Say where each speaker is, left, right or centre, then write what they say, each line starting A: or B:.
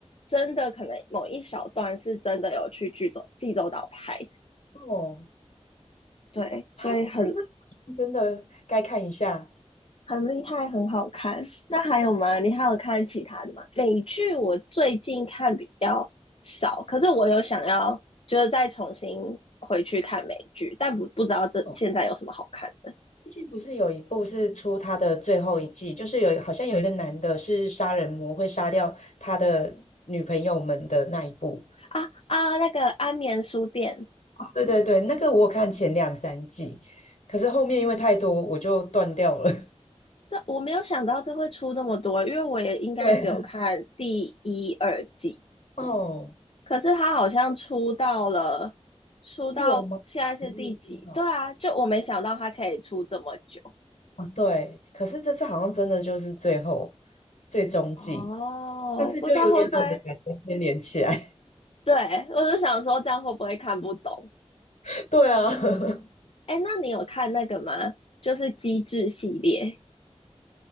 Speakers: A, on the left; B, on the left.
A: 真的可能某一小段是真的有去济州济州岛拍，
B: 哦，
A: 对，所以很
B: 哈，那好像真的该看一下。
A: 很厉害，很好看。那还有吗？你还有看其他的吗？美剧我最近看比较少，可是我有想要就是再重新回去看美剧，但不不知道这现在有什么好看的
B: 哦，最近不是有一部是出他的最后一季，就是有好像有一个男的是杀人魔，会杀掉他的女朋友们的那一部。
A: 啊啊！那个《安眠书店》，
B: 对对对，那个我有看前两三季，可是后面因为太多，我就断掉了。
A: 这我没有想到这会出那么多，因为我也应该只有看第一、
B: <laughs> 对，
A: 二季，
B: 哦，
A: 可是它好像出到了出到现在是第几？
B: 六吗？还是多少？
A: 对啊，就我没想到它可以出这么久。
B: 哦，对，可是这次好像真的就是最后最终季，
A: 哦，
B: 但是就有点懒得把中间连起来。
A: 不知道会不会，对，我就想说这样会不会看不懂？
B: <laughs> 对啊，<laughs>
A: 哎，那你有看那个吗？就是机智系列，